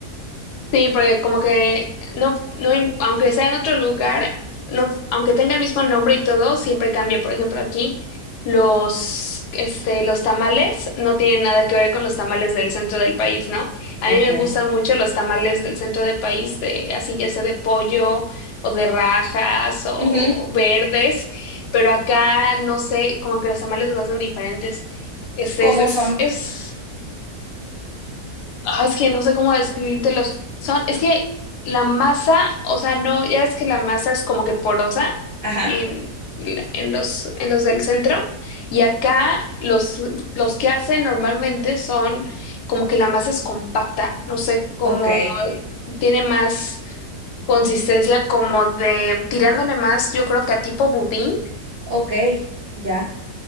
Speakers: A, on the left; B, on the right.
A: Sí, porque como que no, no, im- aunque sea en otro lugar, no, aunque tenga el mismo nombre y todo, siempre cambia. Por ejemplo, aquí los, este, los tamales no tienen nada que ver con los tamales del centro del país, ¿no? A
B: Ok.
A: mí me gustan mucho los tamales del centro del país, de, así ya sea de pollo o de rajas o
B: Ujú,
A: verdes, pero acá no sé, como que los tamales los hacen diferentes. Este
B: ¿Cómo
A: es, es,
B: son?
A: es Ah, es que no sé cómo describírtelos. Son, es que la masa, o sea, no, ya es que la masa es como que porosa
B: Ajá.
A: en, la- en los, en los del centro. Y acá los, los que hacen normalmente son como que la masa es compacta. No sé cómo
B: Ok.
A: tiene más consistencia, como de tirándole
B: Co-
A: más, yo creo que a tipo budín,
B: Ok, ya.